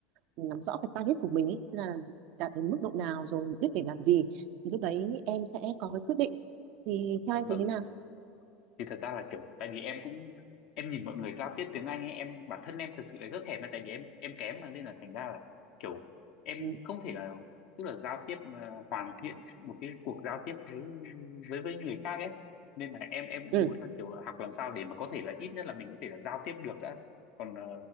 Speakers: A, on the right (about 60°); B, on the left (about 60°).
A: nắm rõ cái target của mình ấy, xem là đạt đến mức độ nào rồi mục đích để làm gì thì lúc đấy em sẽ có cái quyết định thì theo
B: dạ
A: anh
B: vâng.
A: thấy thế nào
B: thì thật ra là kiểu tại vì em cũng em nhìn mọi người giao tiếp tiếng Anh ấy em bản thân em thật sự là rất thèm là tại vì em em kém mà nên là thành ra là kiểu em
A: ừ
B: không thể là tức là giao tiếp mà hoàn thiện một cái cuộc giao tiếp với với với người khác ấy nên là em em
A: ừ,
B: muốn là kiểu là học làm sao để mà có thể là ít nhất là mình có thể là giao tiếp được đã còn ờ,